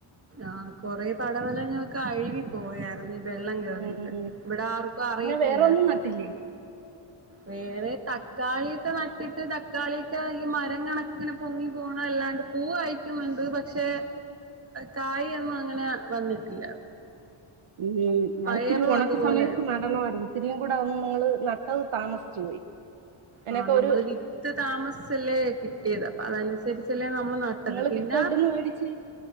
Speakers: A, on the right; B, on the right.
A: ആഹ് കൊറെ പടവെലങ്ങക്കെ അഴിവി പോയാര്ന്നു ഈവെള്ളം കേറിട്ട്
B: ഉം
A: ഇവിടെ ആർക്കു അറിയത്തില്ലായിര്ന്നു.
B: പിന്നെ വേറെ ഒന്നും നട്ടില്ലേ
A: വേറെ തക്കാളിയൊക്കെ നട്ടിട്ട് തക്കാളിയൊക്കെ ഈ മരം കണക്ക് ഇങ്ങനെ പൊങ്ങി പോണ അല്ലാണ്ട് പൂവ് കായിക്കുന്നുണ്ട് പക്ഷെ കായി ഒന്നും അങ്ങനെ വന്നിട്ടില്ല..
B: ഉം
A: പയറും
B: ഇത്തിരി ഒണക്ക്
A: അതുപോലെ
B: സമയത്ത്
A: തന്നെ
B: നടണവയിര്ന്നു. ഇത്തിരിയും കൂടി ഒന്ന് നിങ്ങള് നട്ടത് താമസിച്ചു പോയി അതിനൊക്കെ
A: ആഹ് നമ്മള്
B: ഒരു
A: വിത്ത് താമസ്ച്ചല്ലേ കിട്ടിയത് അപ്പൊ അതിന് അനുസരിച്ചല്ലേ നമ്മള് നട്ട് ട്ടത്
B: നിങ്ങള്
A: പിന്നെ
B: വിത്ത് എവിടുന്ന് മേടിച്ച്